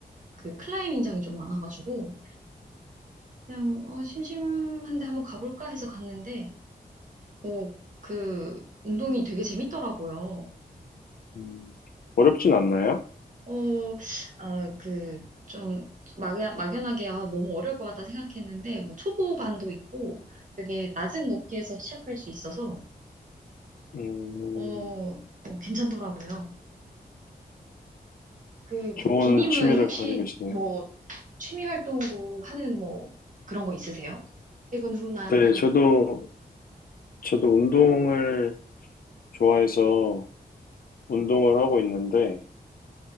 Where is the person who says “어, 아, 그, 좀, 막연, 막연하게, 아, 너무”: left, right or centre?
Right